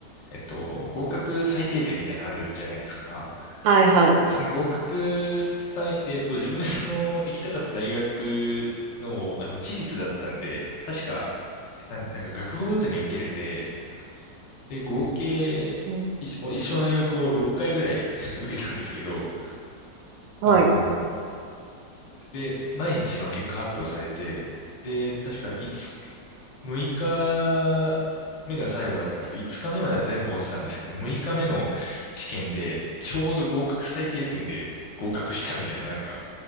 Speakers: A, on the left (about 80°); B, on the right (about 90°).
A: えっと、合格最低点みたいなのあるじゃないですか。
B: はいはい。
A: で、その合格最、えっと、自分がその行きたかった大学の、あの、私立だったんで、確か、なん、なんか学部ごとに受けれて、で、合計、
B: うん
A: 一一生の大学を6回ぐらい <laughs> 受けたんですけど、
B: はい。
A: あの、で、毎日その結果発表されて、で、確か5、6日目が最後だったんですけど、5日目までは全部落ちたんですけど、6日目の試験で、ちょうど合格最低点で合格したみたいな、なんか、